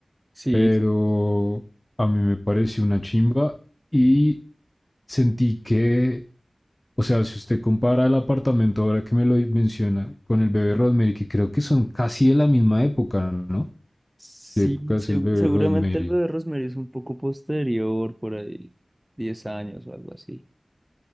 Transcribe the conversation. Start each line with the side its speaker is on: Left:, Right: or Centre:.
Right: Sí,
Left: pero a mí me pareció una chimba y sentí que, o sea, si usted compara el apartamento ahora que me lo menciona con el bebé Rosemary, que creo que son casi de la misma época, ¿no?
Right: sí,
Left: de épocas
Right: segu-
Left: el bebé
Right: seguramente
Left: Rosemary,
Right: el bebé Rosemary es un poco posterior, por ahí, 10 años o algo así.